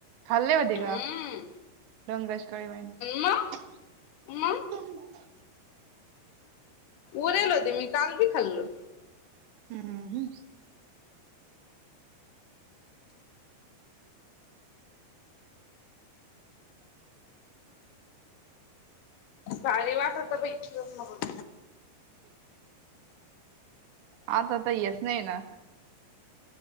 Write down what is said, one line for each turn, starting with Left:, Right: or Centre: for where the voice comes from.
Right: खाल्ले होते.
Left: हम्म.
Right: का डोंगराची काळी मैना
Left: मग मग
Right: <inaudible>
Left: उरेल होते मी काल बी खाल्ल
Right: हूं हूं हूं
Left: भारी वाटत बाई <unintelligible>
Right: आता तर येस नाय ना